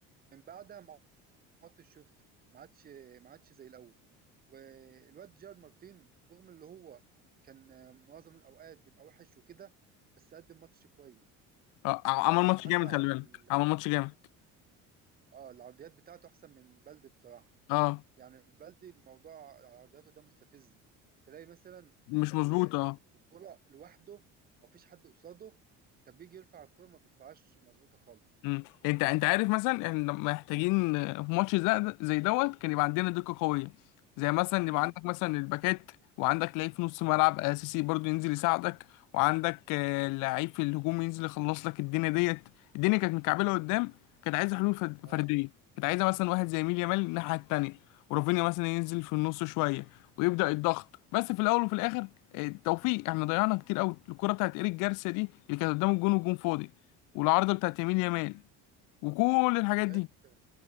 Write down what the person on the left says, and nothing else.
اه ع- عمل
ماتش
جامد
خلي
بالك عمل ماتش جامد
اه
مش
مظبوط اه
مم. انت انت عارف مثلا احنا محتاجين آه، في ماتش زي زي دوت كان يبقى عندنا دقة قوية زي مثلا
يبقى عندك مثلا الباكات وعندك لعيب في نص ملعب اساسي برضو ينزل يساعدك وعندك آه، لعيب في الهجوم ينزل يخلص لك الدنيا ديت الدنيا كانت مكعبلة قدام كانت عايزة حلول فد-
فردية كانت عايزة مثلا واحد زي ميل يامال الناحية التانية ورافينيا مثلا ينزل في النص شوية ويبدأ الضغط بس في الأول وفي الآخر آه، توفيق احنا ضيعنا كتير قوي الكرة بتاعت إيريك جارسيا دي اللي كانت قدام الجون والجون فاضي والعارضة بتاعت يمين يامال وكل الحاجات
دي